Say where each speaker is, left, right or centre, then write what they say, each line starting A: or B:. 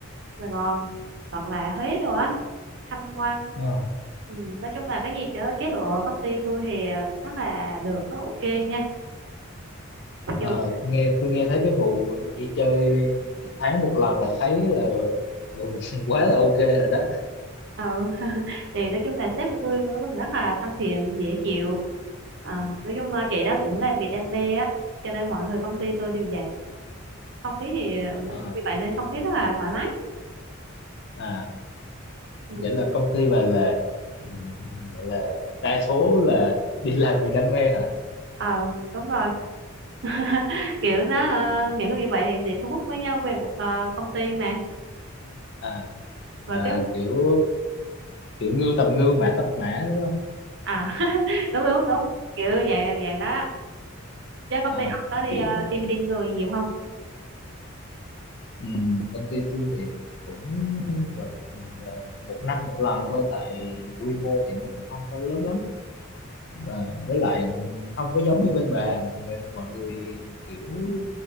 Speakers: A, on the right (about 60°); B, on the left (about 55°).
A: Sài Gòn hoặc là Huế đồ á tham quan
B: Ờ,
A: ừ. nói chung là cái gì chứ chế độ công ty tôi thì rất là được rất ok nha mặc
B: Ờ,
A: dù
B: nghe tôi nghe thấy cái vụ được đi chơi một tháng một lần là thấy là, là <laughs> quá là ok rồi đó
A: ờ, <laughs> thì nói chung là sếp của tôi nó cũng rất là thân thiện dễ chịu à, nói chung là chị đó cũng làm vì đam mê á cho nên mọi người công ty tôi đều vậy không khí thì
B: Ờ,
A: nói chung vì vậy nên không khí rất là thoải mái
B: à
A: ừ.
B: vậy là công ty bà là ừ, gọi là đa số là đi làm vì đam mê hả
A: ờ đúng rồi <laughs> kiểu nó ờ, những người như vậy thì sẽ thu hút với nhau về một ờ, công ty mà
B: à,
A: và
B: à
A: cái
B: kiểu kiểu ngư tầm ngư mã tầm mã đúng không
A: à <laughs> đúng đúng đúng kiểu dạng dạng đó á. chứ công
B: à
A: ty ông có đi
B: kiểu
A: uh, team building rồi nhiều không
B: ừ, công ty tôi thì cũng gọi là một năm một lần thôi tại quy mô thì nó cũng không có lớn lắm và với lại không có giống như bên bà mọi người, mọi người kiểu